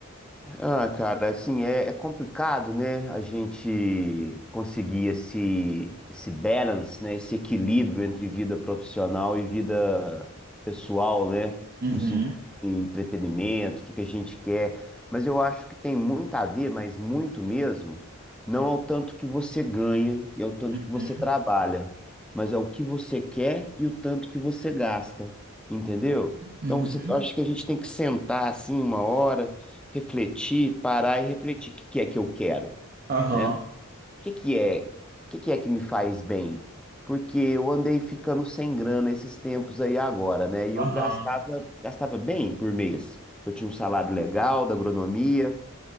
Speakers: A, in the centre; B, on the right.
A: Ah, cara, assim, é, é complicado, né? A gente conseguir esse, esse balance, né? Esse equilíbrio entre vida profissional e vida pessoal, né?
B: Uhum,
A: No sentido de entretenimento, o que que a gente quer. Mas eu acho que tem muito a ver, mas muito mesmo, não ao tanto que você ganha e ao tanto
B: uhum,
A: que você trabalha, mas ao que você quer e o tanto que você gasta, entendeu?
B: uhum.
A: Então, você, eu acho que a gente tem que sentar assim uma hora refletir, parar e refletir. O que que é que eu quero,
B: Aham,
A: né? O que que é, o que que é que me faz bem? Porque eu andei ficando sem grana esses tempos aí agora, né? E eu
B: aham,
A: gastava, gastava bem por mês. Eu tinha um salário legal da agronomia,